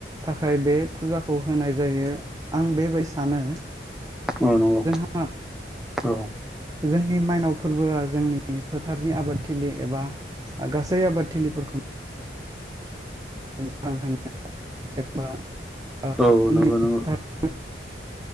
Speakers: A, on the right; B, in the centre.
A: थाखाय बे फुजाखौ होनाय जायो आं बेबाय सानो।
B: औ नंगौ।
A: आ
B: औ
A: जोंनि मायनाव फोरबोआ जोंनि फोथारनि आबादथिलि एबा गासै आबादथिलिफोरखौ <unintelligible> एबा ओ जोंनि
B: औ नंगौ नंगौ।
A: <unintelligible>